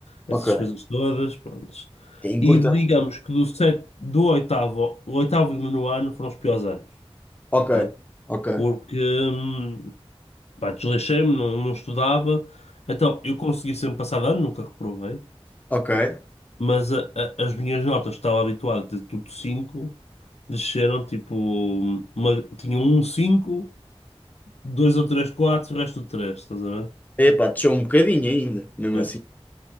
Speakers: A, on the left; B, on the left.
A: essas
B: Ok.
A: coisas todas, prontos.
B: Que é importante.
A: E digamos que do, set, do oitavo, o oitavo e o nono ano foram os piores anos,
B: Ok.
A: ok?
B: Ok.
A: Porque, hum, pá, desleixei-me, não, não estudava. Então, eu consegui sempre passar de ano, nunca reprovei.
B: Ok.
A: Mas a- a- as minhas notas, que estava habituado a ter tudo 5, desceram tipo, uma, tinha um 5, dois ou três 4, o resto do 3, estás a ver?
B: Epá, deixou um bocadinho ainda, mesmo
A: Yeah.
B: assim.